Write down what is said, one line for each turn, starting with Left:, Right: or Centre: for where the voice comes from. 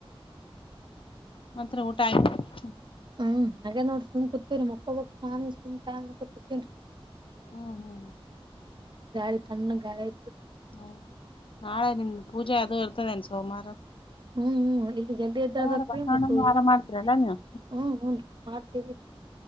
Left: ಮತ್ರಿ ಊಟ ಆಯತ ಹ್ಮ.
Right: ಹ್ಮ ಹಾಗೆದ ನೋಡ್ರಿ ಸುಮ್ ಕುೂತ್ತೆರಿ ಮೊಕಬಕ್ ನಾನು ಸುಮ್ ಟ್ಯಾಮ್ ನೋಡಕೊತ್ ಕುತ್ತೆನ್ರಿ.
Left: ಹ್ಮ್ ಹ್ಮ್
Right: ಗಾಳಿ ತಣ್ಣಗ್ ಗಾಳ್ಯೈ.
Left: ಹೌದು ನಾಳೆ ನಿಮ ಪೂಜೆ ಅದು ಇರ್ತದೆೇನ್ ಸೋಮವಾರ.
Right: ಹ್ಮ್ ಹ್ಮೂ ಇಲ್ಲಿ ಜಲ್ದಿ ಯದ್ದ್ಳೆಬೇಕ್ರೀ
Left: ಸೋಮವಾರ ಬಸವಣ್ಣನ
Right: ಮತ್ ಊರು
Left: ವಾರ ಮಾಡ್ತೀರಲ್ಲಾ ನೀವು
Right: ಹು ಹುನ್ರಿ. ಮಾಡ್ತೀರಿ.